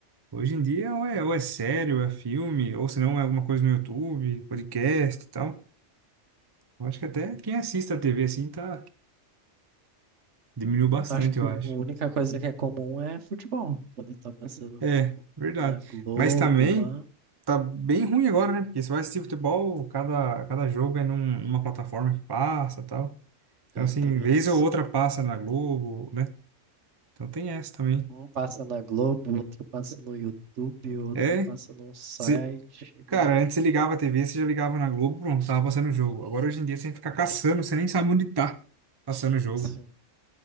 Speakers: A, on the right; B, on the right.
A: Hoje em dia, ou é, ou é série, ou é filme, ou se não, é alguma coisa no YouTube, podcast e tal. Eu acho que até quem assiste a TV, assim, tá... Diminuiu bastante,
B: Acho que
A: eu
B: o-
A: acho.
B: a única coisa que é comum é futebol. Quando tá passando,
A: É,
B: tipo,
A: verdade.
B: na Globo
A: Mas também
B: lá,
A: tá bem ruim agora, né? Porque você vai assistir futebol, cada, cada jogo é num- numa plataforma que passa e tal. Então,
B: né,
A: assim,
B: tem
A: vez
B: isso.
A: ou outra passa na Globo, né? Então tem essa também.
B: Um passa na Globo, outro passa no YouTube, outro
A: É,
B: passa num site
A: você- cara,
B: lá.
A: antes você ligava a TV, você já ligava na Globo, pronto, tava passando o jogo. Agora, hoje em dia, você tem que ficar caçando, você nem sabe onde tá passando o jogo.
B: Sim.